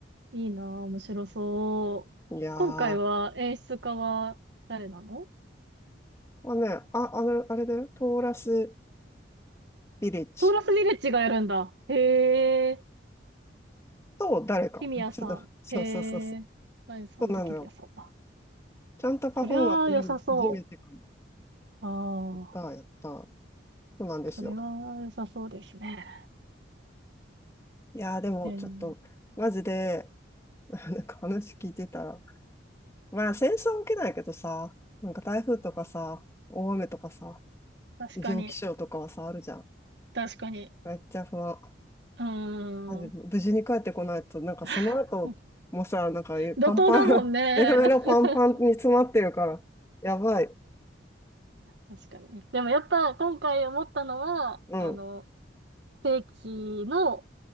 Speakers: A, on the right; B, on the left.
A: いいなあ、面白そう。
B: い。いやー。
A: 今回は演出家は誰なの
B: まあね、あ、あの、あれだよ、トーラスビレッジ
A: トーラスヴィレッジがやるんだ。へえ。
B: と誰か。
A: キミヤさん。
B: ちょっと、そうそうそうそう。
A: へえ。ナインさんとキミヤさんだ。
B: そうなのよ。ちゃんとパフォーマンス見るの初めてかも。
A: そりゃあ良さそう。ああ、
B: やった、やった。そうなんですよ。
A: それは良さそうですね。
B: いやー、でもちょっと、
A: えー、
B: マジで、なんか話聞いてたら、まあ戦争は起きないけどさ、なんか台風とかさ、大雨とかさ、
A: 確かに、
B: 異常気象とかはさ、あるじゃん。
A: 確かに。
B: めっちゃ不安。
A: うー
B: マジ、無事に帰ってこないと、
A: ん。
B: なんかその後もさ、
A: <laughs>
B: なんかパンパン、
A: 怒涛だもんね。
B: <laughs> メロメロパンパンに詰まってるから、
A: <laughs>
B: やばい。
A: 確かにね。でもやっぱ今回思ったのは、
B: うん。
A: あの、正規の